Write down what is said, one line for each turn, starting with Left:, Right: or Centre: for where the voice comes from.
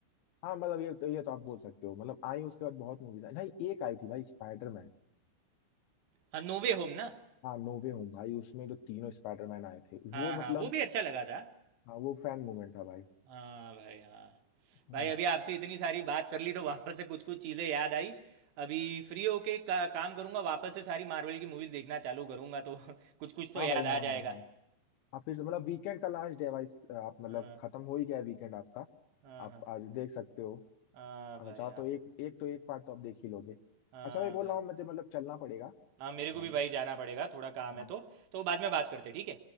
Left: हाँ मतलब ये तो ये तो आप बोल सकते हो मतलब आई उसके बाद बहुत मूवीज आई नहीं एक आई थी भाई स्पाइडरमैन
Right: हाँ नोवे होम ना
Left: हाँ नो वे होम भाई उसमें जो तीनों स्पाइडरमैन आए थे
Right: हाँ
Left: वो
Right: हाँ
Left: मतलब
Right: वो भी अच्छा लगा था
Left: हाँ वो फैन मूवमेंट था भाई
Right: हाँ भाई हाँ
Left: हाँ।
Right: भाई अभी आपसे इतनी सारी बात कर ली तो वापस से कुछ कुछ चीज़ें याद आई अभी फ्री होके का, काम करूंगा वापस से सारी मार्वल की मूवीज़ देखना चालू करूंगा तो <laughs> कुछ कुछ तो
Left: हाँ
Right: याद
Left: भाई हाँ
Right: आ
Left: हाँ
Right: जाएगा
Left: हाँ आप फिर से मतलब वीकेंड का लास्ट डे है भाई आप मतलब
Right: हाँ
Left: खत्म हो ही गया वीकेंड आपका
Right: हाँ
Left: आप
Right: हाँ
Left: आज देख सकते हो
Right: हाँ
Left: अगर
Right: भाई
Left: चाहो
Right: हाँ
Left: तो एक एक तो एक पार्ट तो आप देख ही लोगे
Right: हाँ
Left: अच्छा भाई बोल
Right: भाई
Left: रहा हूँ मुझे मतलब चलना पड़ेगा
Right: हाँ मेरे को
Left: थोड़ा
Right: भी
Left: मैं
Right: भाई जाना पड़ेगा थोड़ा काम
Left: हाँ
Right: है तो तो बाद में बात करते हैं, ठीक है